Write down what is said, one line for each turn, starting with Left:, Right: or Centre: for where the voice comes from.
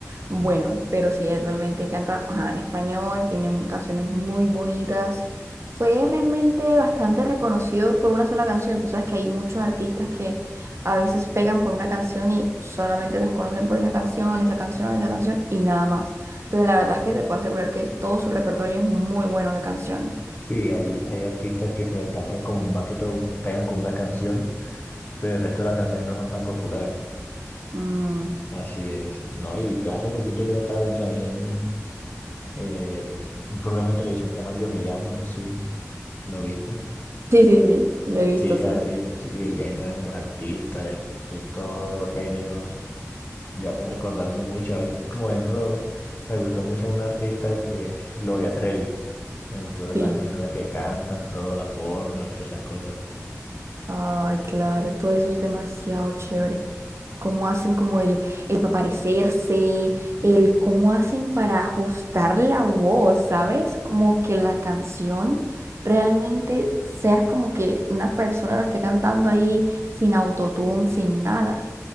Right: Bueno,
Left: No.
Right: pero sí, él realmente canta, ajá, en español, tiene mu- canciones muy bonitas. Fue realmente bastante reconocido por una sola canción. Tú sabes que hay muchos artistas que a veces pegan por una canción y solamente los conocen por esa canción, esa canción, esa canción y nada más. Pero la verdad es que te puedo asegurar que todo su repertorio es muy bueno de canciones.
Left: Sí, hay, hay artistas que se destacan como más que todo, una- pegan con una canción, pero el resto de las canciones no son tan populares.
Right: Mm,
Left: Así es, ¿no? Y pues hace poquito yo me estaba viendo también eh, un programa de televisión que llama Yo Me Llamo, no sé si lo viste.
Right: Sí, sí, sí, lo he visto,
Left: Sí,
Right: sí.
Left: a- y, y ahí entran artistas de, de todos los géneros, le hacen recordar a uno mucho. Ahí, como ejemplo, me gustó mucho un artista que es Gloria Trevi. Me gustó
Right: Sí.
Left: las canciones que cantan, toda la forma y todas esas cosas.
Right: Ay, claro, y todo eso es demasiado chévere. Cómo hacen como el, el pa' parecerse, el cómo hacen para ajustar la voz, ¿sabes? Como que la canción realmente sea como que una persona lo esté cantando ahí sin autotune, sin nada.